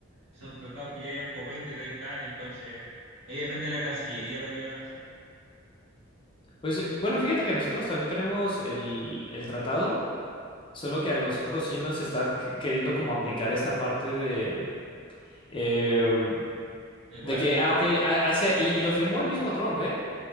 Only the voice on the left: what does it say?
Pues eh, bueno, fíjate que nosotros también tenemos el, el tratado, solo que a nosotros sí nos está que- queriendo como aplicar esta parte de, em,
de que,
ah, ok, ha- hace, y, y lo firmó el mismo Trump, ¿eh?